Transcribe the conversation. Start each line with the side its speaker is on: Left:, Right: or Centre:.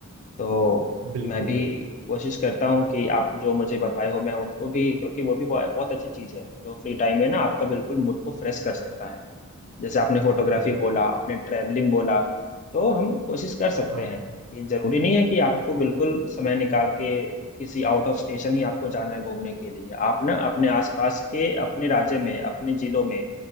Left: तो
Right: बिल्कुल
Left: मैं भी
Right: बिल्कुल
Left: कोशिश करता हूँ कि आप जो मुझे बताए हो मैं उनको भी क्योंकि वो भी बहुत बहुत अच्छी चीज है जो फ्री टाइम है ना आपका बिल्कुल मूड को फ्रेश कर सकता है जैसे आपने फोटोग्राफी
Right: बिल्कुल
Left: बोला आपने ट्रैवलिंग बोला तो हम कोशिश कर सकते
Right: हाँ
Left: हैं ये जरूरी नहीं है कि आपको बिल्कुल समय निकाल के किसी आउट ऑफ स्टेशन ही आपको जाना है घूमने के लिए आप ना अपने आसपास के अपने राज्य में अपने जिलों में